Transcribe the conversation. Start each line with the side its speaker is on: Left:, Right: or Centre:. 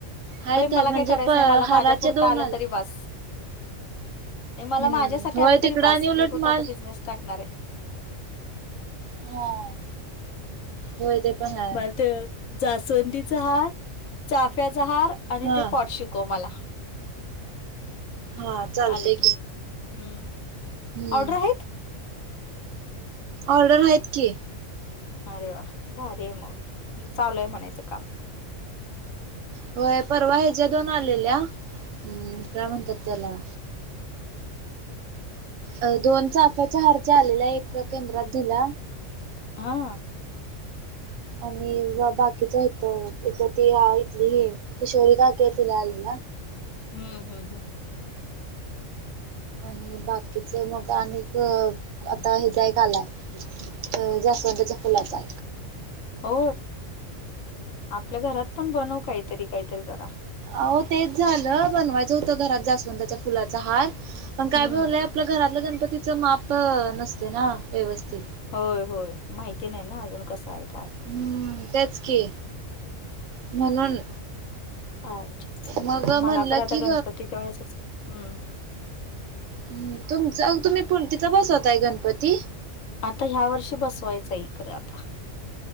Right: आहेतं
Left: बाई मला
Right: आहेतं
Left: काही
Right: म्हणजे
Left: करायचं
Right: पं
Left: नाही मला माझ्या
Right: हारांचे
Left: पुरता
Right: दोन
Left: आलं
Right: आलते.
Left: तरी बस नाही मला
Right: हम्मं
Left: माझ्यासाठी
Right: होयं
Left: आलं तरी
Right: तिकडं
Left: बास
Right: आणि उलटं
Left: मी कुठं
Right: मांल.
Left: आता बिझनेस टाकणार आहे.
Right: हां, होयं ते पणं हांय.
Left: मलां ते जास्वंदीचां हारं, चाफ्यांचा हारं. आणि
Right: हा
Left: ते पॉट शिकवं मलां.
Right: हा चालतय
Left: आले की, हम्मं
Right: हम्म.
Left: ऑर्डर आहेतं.
Right: ऑर्डर आहेतं की.
Left: अरे वां भारीय मं म्हणजे चालूंय म्हणायचं कामं.
Right: होयं पर्वा ह्यांच्या दोन आलेल्या कायं म्हणतांत त्यांला. अं दोन चाफ्यांच्या हांर च्यां आलेल्या एक केंद्रांत दिलां.
Left: हां.
Right: आणि बाकीचं इथं इथं ती इथंली हं किशोरी काकी आहे तिच्यां आलेला.
Left: हम्मं हं.
Right: आणि बाकीचं मंग अनेक आंता हेचांय कां आंलाय. अं जास्वंदीच्या फुलांचा.
Left: हो, आपल्यां घरांत पणं बनवं कांहींतरी कांहींतरी जरां.
Right: आहो तेच झालं बनवायचं होतं घरात जास्वंदच्या फुलाचा हार. पण काय
Left: हं.
Right: झालंय आपल्या घरातल्या गणपतीचं माप नसते ना व्यवस्थि
Left: होय होय माहिती नाही ना अजून कसं आहे काय.
Right: हम्म तेच की, म्हणून.
Left: अच्छा
Right: मग
Left: नाही
Right: म्हणलं
Left: मला पण आता
Right: की
Left: गणपतीच्या वळेस हम्म.
Right: हम् तुमच तुम्ही पुंतिच बसवताय गणपती.
Left: आता ह्या वर्षी बसवायचं इकडें आता.